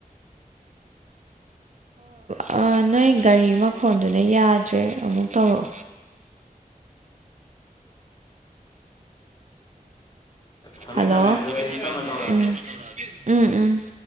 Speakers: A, on the right; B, on the left.
A: ꯍ ꯅꯣꯏ ꯒꯥꯔꯤ ꯃꯈꯣꯗꯨꯅ ꯌꯥꯗ꯭ꯔꯦ ꯑꯃꯨꯛ ꯇꯧꯔꯛꯑꯣ
B: ꯊꯝꯃꯦ
A: ꯍꯜꯂꯣ
B: ꯊꯝꯃꯦ ꯑꯗꯨꯗꯣ ꯑꯩ ꯇꯞꯅ ꯇꯧꯔꯛꯑꯒꯦ
A: ꯎꯝ ꯎꯝ ꯎꯝ